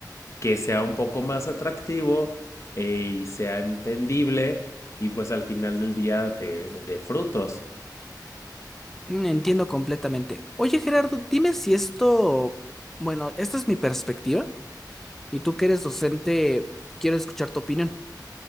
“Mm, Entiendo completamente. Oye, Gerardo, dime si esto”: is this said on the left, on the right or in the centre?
Centre